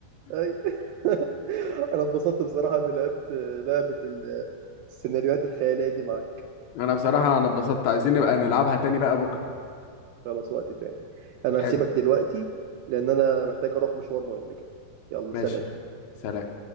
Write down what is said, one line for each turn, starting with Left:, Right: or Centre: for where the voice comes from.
Right: اي <laughs> انا اتبسطت بصراحه اني لعبت آه، لعبه ال- السيناريوهات الخياليه دي معاك
Left: انا بصراحة انا اتبسطت عايزين نبقى نلعبها تاني بقى بكرة
Right: خلاص وقت تاني انا
Left: حلو
Right: هسيبك دلوقتي لان انا محتاج اروح مشوار مهم كده يلا
Left: ماشي
Right: سلام
Left: سلام